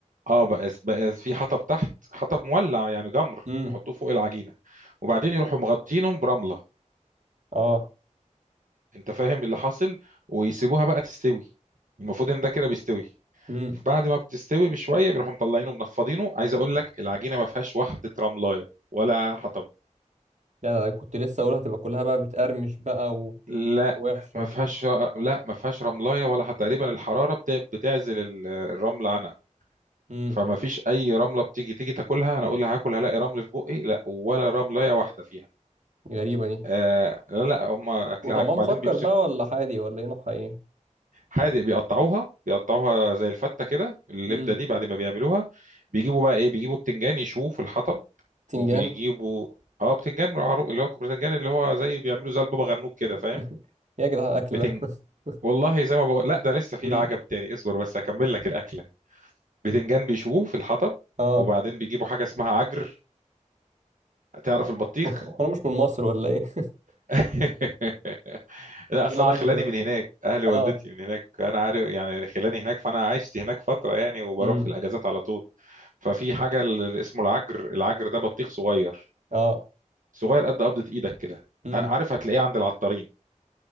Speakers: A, on the right; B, on the right.
A: اه بقى بقى في حطب تحت حطب مولع يعني جمر
B: امم
A: يحطوه فوق العجينه وبعدين يروحوا مغطينهم برمله
B: اه
A: انت فاهم اللي حاصل ويسيبوها بقى تستوي المفروض ان ده كده بيستوي
B: امم
A: بعد ما بتستوي بشويه بيروحوا مطلعينه منفضينه عايز اقول لك العجينه ما فيهاش واحده رملايه ولا حطب
B: لا لا لا، كنت لسه اقولها هتبقى كلها بقى بتقرمش بقى و-
A: لا
B: ووحشه
A: ما فيهاش لا ما فيهاش رملايه ولا حتى تقريبا الحراره بت- بتعزل ال- الرمل عنها
B: امم
A: فما فيش اي رمله بتيجي تيجي تاكلها انا اقول لها هاكل هلاقي رمل في بقي لا ولا رمله واحده فيها
B: غريبه دي
A: آه لا لا هم اكلها
B: وطعمها
A: عج- بعدين
B: مسكر
A: بيمسك
B: بقى ولا حادي ولا ايه نوعها ايه
A: حادق بيقطعوها بيقطعوها زي الفته كده اللبده
B: امم
A: دي بعد ما بيعملوها بيجيبوا بقى ايه بيجيبوا بتنجان يشوه في الحطب
B: تنجان
A: وبيجيبوا اه بتنجان عرو- اللي هو بتنجان اللي هو زي بيعملوا زي البابا غنوج كده فاهم
B: <laughs> يا جدعان الاكل
A: بتنج
B: ده <laughs>
A: والله زي ما بقول لا ده لسه في
B: امم
A: العجب تاني اصبر بس اكمل لك الاكله بتنجان بيشوه في الحطب
B: اه
A: وبعدين بيجيبوا حاجه اسمها عجر تعرف
B: <laughs>
A: البطيخ
B: انا مش من مصر ولا ايه <laughs>
A: <laughs> لأ، أصل
B: ايه العجر
A: أنا خلّاني
B: ده
A: من هناك، أهل والدتي
B: اه
A: من هناك، أنا عارف يعني خلّاني هناك، فأنا عِشت هناك فترة يعني وباروح
B: امم
A: في الأجازات على طول. ففي حاجة ال اسمه العجْر، العجْر ده بطيخ صغيّر،
B: اه
A: صغيّر قد قبضة إيدك كده،
B: امم
A: ع عارف هتلاقيه عند العطّارين،